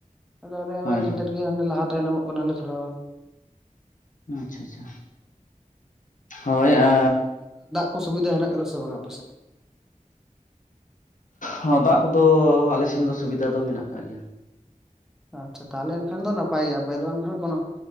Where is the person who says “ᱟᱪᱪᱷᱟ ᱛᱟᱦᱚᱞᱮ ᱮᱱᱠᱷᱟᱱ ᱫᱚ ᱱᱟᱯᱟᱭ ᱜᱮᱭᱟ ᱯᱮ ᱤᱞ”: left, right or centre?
Centre